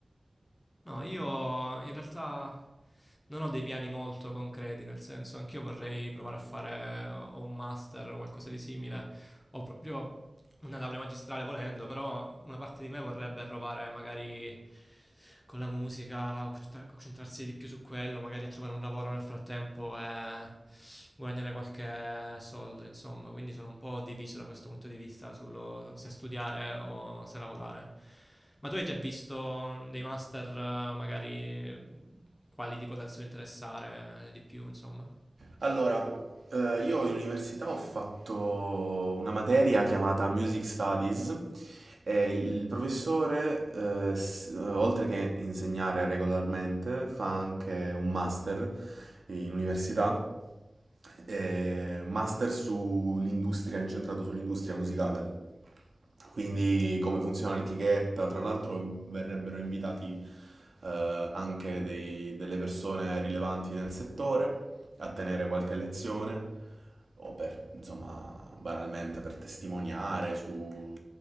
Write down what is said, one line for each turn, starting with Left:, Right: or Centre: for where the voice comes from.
Left: No, io in realtà non ho dei piani molto concreti, nel senso, anch'io vorrei provare a fare eh, o un master o qualcosa di simile, ho proprio una laurea magistrale volendo, però una parte di me vorrebbe provare magari con la musica, a concentra- concentrarsi di più su quello, magari a trovare un lavoro nel frattempo e guadagnare qualche soldo, insomma, quindi sono un po' diviso da questo punto di vista sullo se studiare o se lavorare. Ma tu hai già visto dei master, eh, magari quali ti potessero interessare di più, insomma?
Right: Allora, eh, io in università ho fatto una materia chiamata Music Studies e il professore, eh, s- eh, oltre che insegnare regolarmente, fa anche un master in università, eh, master sull'industria, incentrato sull'industria musicale. Quindi come funziona l'etichetta, tra l'altro verrebbero invitati eh, anche dei- delle persone rilevanti nel settore a tenere qualche lezione o per, insomma, banalmente per testimoniare su,